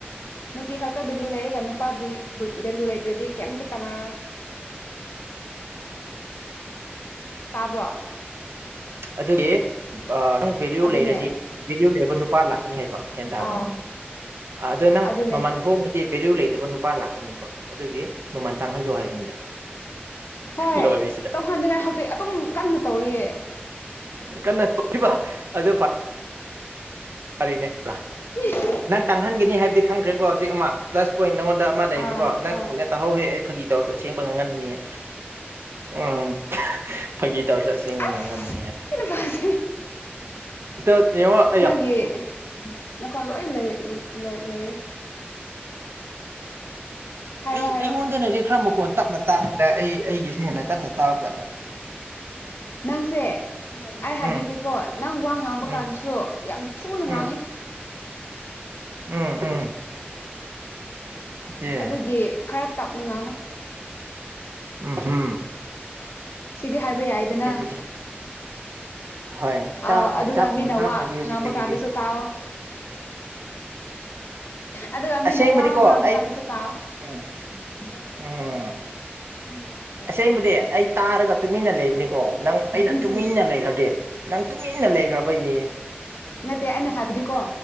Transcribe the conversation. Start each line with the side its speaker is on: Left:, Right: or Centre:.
Left: ꯅꯨꯄꯤ ꯈꯛꯇ ꯚꯦꯂꯨ ꯂꯩꯔꯒ ꯅꯨꯄꯥꯗꯨ ꯚꯦꯂꯨ ꯂꯩꯇ꯭ꯔꯗꯤ ꯀꯩꯝꯇ ꯀꯥꯟꯅꯔꯣꯏ ꯇꯕ꯭ꯔꯣ
Right: ꯑꯗꯨꯒꯤ ꯅꯪ ꯚꯦꯂꯨ
Left: ꯑꯗꯨꯅꯦ
Right: ꯂꯩꯔꯗꯤ ꯚꯦꯂꯨ ꯂꯩꯕ ꯅꯨꯄꯥ ꯂꯥꯛꯀꯅꯤ ꯍꯥꯏꯕ ꯒ꯭ꯌꯥꯟ ꯇꯥꯕ꯭ꯔ
Left: ꯑꯥꯎ
Right: ꯑꯗꯣ ꯅꯪ
Left: ꯑꯗꯨꯅꯦ
Right: ꯃꯃꯜ ꯍꯣꯡ ꯑꯦ ꯚꯦꯂꯨ ꯂꯩꯗꯕ ꯅꯨꯄꯥ ꯂꯥꯛꯀꯅꯦꯕ ꯑꯗꯨꯒꯤ ꯃꯃꯜ ꯇꯥꯡꯍꯜꯂꯣ ꯍꯥꯏꯕꯅꯤꯗ
Left: ꯍꯣꯏ
Right: ꯂꯣꯏꯔꯤꯁꯤꯗ
Left: ꯇꯧꯍꯟꯅꯤꯡꯉꯥꯏ ꯍꯧꯖꯤꯛ ꯑꯗꯨꯝ ꯀꯟꯅ ꯇꯧꯔꯤꯌꯦ
Right: ꯀꯟꯅ ꯇꯕ ꯑꯗꯨ ꯐꯔꯤꯅꯦ ꯕ꯭ꯔꯥ
Left: ꯍ
Right: ꯅꯪ ꯇꯥꯡꯍꯟꯒꯅꯤ ꯍꯥꯏꯕꯗꯤ ꯈꯪꯈ꯭ꯔꯦꯀꯣ ꯍꯧꯖꯤꯛ ꯑꯃ ꯄ꯭ꯂꯁ ꯄꯣꯏꯟꯠ ꯅꯉꯣꯟꯗ ꯑꯃ ꯂꯩꯈ꯭ꯔꯦꯀꯣ
Left: ꯑꯥ
Right: ꯅꯪ
Left: ꯑꯥ
Right: ꯃꯨꯛꯅ ꯇꯥꯍꯧꯋꯦ ꯑꯩ ꯐꯥꯒꯤ ꯇꯧꯔꯁꯨ ꯑꯁꯦꯡꯕ ꯉꯥꯡꯍꯟꯕꯅꯤꯍꯦ ꯎꯨꯍ ꯐꯥꯒꯤ ꯇꯧꯔꯁꯨ ꯑꯁꯦꯡꯕ
Left: ꯑꯁ
Right: ꯉꯥꯡ ꯕ
Left: ꯁꯤ ꯅꯨꯄꯥꯁꯦ
Right: ꯍꯥꯏꯦ ꯌꯦꯡꯉꯣ ꯑꯌꯥ
Left: ꯀ ꯅꯈꯣ ꯂꯣꯏ ꯂꯩ ꯂꯣꯏ ꯂꯩꯔꯦ ꯍꯥꯏꯔꯣ
Right: ꯑꯩ
Left: ꯍꯥꯏꯔꯣ
Right: ꯑꯩꯉꯣꯟꯗꯅꯗꯤ ꯈꯔ ꯃꯈꯣꯟ ꯇꯞꯅ ꯇꯥꯔꯗ꯭ꯔꯦ ꯑꯩ ꯑꯩꯒꯤꯁꯤꯅ ꯍꯦꯟꯅ ꯀꯟꯅ ꯇꯥꯕ ꯖꯥꯠꯂ
Left: ꯅꯪꯁꯦ ꯑꯩ
Right: ꯎꯝ
Left: ꯍꯥꯏꯕꯤꯒꯦꯀꯣ ꯅꯪ ꯋꯥ ꯉꯥꯡꯕ
Right: ꯎꯝ
Left: ꯀꯥꯟꯗꯁꯨ ꯌꯥꯝ ꯊꯨꯅ
Right: ꯎꯝ
Left: ꯉꯥꯡꯉꯦ
Right: ꯎꯝ ꯎꯝ ꯆꯦ
Left: ꯑꯗꯨ ꯑꯗꯨꯒꯤ ꯈꯔ ꯇꯞꯅ ꯉꯥꯡꯉꯨ
Right: ꯎꯝ ꯎꯝ
Left: ꯁꯤꯗꯤ ꯍꯥꯏꯕ ꯌꯥꯏꯗꯅ
Right: ꯑꯗꯨꯗꯤ ꯍꯣꯏ
Left: ꯑ
Right: ꯇꯥꯞꯅ
Left: ꯑꯗꯨꯒ
Right: ꯇꯥꯞꯅ
Left: ꯃꯤꯅ
Right: ꯉꯥꯡꯉꯒꯦ
Left: ꯋꯥ
Right: ꯍꯧꯖꯤꯛꯇꯒꯤꯗꯤ
Left: ꯉꯥꯡꯕ ꯀꯥꯟꯗꯁꯨ ꯇꯥꯑꯣꯣ ꯑꯗꯨꯒ ꯃꯤꯅ
Right: ꯑꯁꯦꯡꯕꯗꯤꯀꯣ
Left: ꯋꯥ ꯉꯥꯡꯕ
Right: ꯑꯩ
Left: ꯀꯥꯟꯗꯁꯨ ꯇꯥꯑꯣ
Right: ꯎꯝ
Left: ꯀꯔ
Right: ꯎꯝ
Left: ꯀ ꯅ ꯀ
Right: ꯑꯁꯦꯡꯕꯗꯤ
Left: ꯀꯔ
Right: ꯑꯩ ꯇꯥꯔꯒ ꯇꯨꯃꯤꯟꯅ ꯂꯩꯕꯅꯤꯀꯣ ꯅꯪ ꯑꯩꯅ
Left: ꯎꯝ
Right: ꯇꯨꯃꯤꯟꯅ ꯂꯩꯈ꯭ꯔꯗꯤ ꯅꯪ ꯇꯨꯃꯤꯟꯅ ꯂꯩꯈ꯭ꯔꯕꯩꯅꯤ
Left: ꯅꯠꯇꯦ ꯑꯩꯅ ꯍꯥꯏꯕꯗꯤꯀꯣ